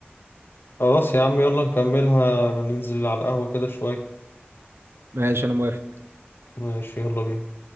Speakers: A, on the left (about 65°); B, on the right (about 75°).
A: خلاص يا عم يلا نكملها ننزل على القهوة كده شوية
B: ماشي أنا موافق
A: ماشي يلا بينا